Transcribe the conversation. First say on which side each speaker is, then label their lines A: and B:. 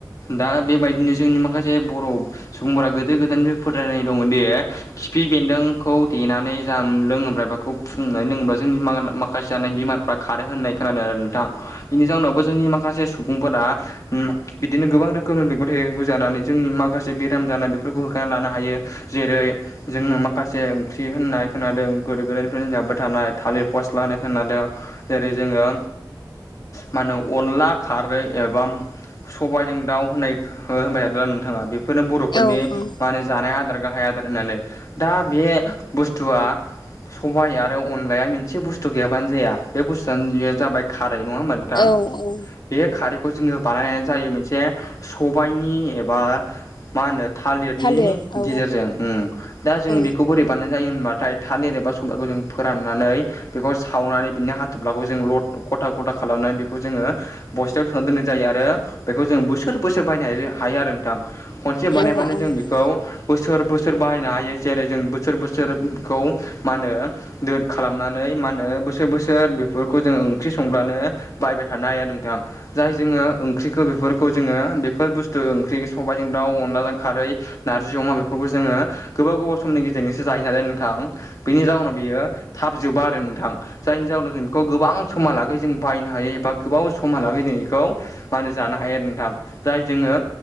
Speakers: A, on the left; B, on the left.
A: दा बेबायदिनो जोंनि माखासे जे बर' सुबुंफोरा गोदो गोदायनिफ्राय फोथायनाय दङ दि खिफि बेनदोखौ देनानै ज लोंङोब्रा बेखौ फुंनो लोंङा जोंनि माखासे जानाय बेमा खारो होननाय खोनादों आरो नोंथां। बेनि जाउनावबो जोंनि माखासे सुबुंफोरा ओम बिदिनो गोबां रोखोमनि मैगं थाइगं जानानै जोंनि माखासे बेराम जानाय बेफोरखौ होखाना लानो हायो। जेरै जोङो माखासे ओंख्रि होननाय खोनादों गोदो गोदायनिफ्रायनो जाबोबाय थानाय थालिर फस्ला होननाय खोनादों। जेरै जोङो मा होनो अनला खारै एबा सबायजों दाउ होनाय होनबाय थादों दा नोंथाङा बे बेफोरनो बर'फोरनि
B: औ औ
A: मा होनो जानाय आदार गाहाया होननानै दा बे बुसथुआ सबाय आरो अनलाया मोनसे बुसथु गैयाबानो जाया बे बुसथुआनो बे जाबाय खारै नङा होमबानो
B: औ औ
A: बे खारैखौ जोङो बानायनानै जायो मोनसे सबायनि एबा मा होनो? थालिरनि
B: थालिर औ
A: गेजेरजों ओम दा जों
B: औ
A: बेखौ बोरै बानायनाय जायो होनबाथाय थालिर एबा सबायखौ जों फोराननानै बेखौ सावनानै बिनि हाथफ्लाखौ जों ल' ख'था ख'था खालामनानै बेखौ जोङो बसथायाव सोनानै दोननाय जायो आरो बेखौ जों बोसोर बोसोर बायनो हायो आरो नोंथां। खनसे बानायबानो
B: औ औ औ
A: जों बेखौ बोसोर बोसोर बाहायनो हायो जेरै जों बोसोर बोसोरखौ मा होनो? दोर खालामनानै मा होनो बोसोर बोसोर सोर बेफोरखौ जों ओंख्रि संब्लानो बाहायबाय थानो हायो आरो नोंथां। जाय जोङो ओंख्रिखौ बेफोरखौ जोङो बेफोर बुसथु ओंख्रि सबायजों दाउ अनलाजों खारै नारजि अमा बेफोरखौ जोङो गोबाव गोबाव समनि गेजेरजोंसो जायो नालाय नोंथां। बेनि जाउनाव बियो थाब जोबा आरो नोंथां। जायनि जाहोनाव जों बेखौ गोबां समहालागै जों बायनो हायो एबा गोबाव समहा लागै जों बेखौ मा होनो जानो हायो आरो नोंथां जाय जोङो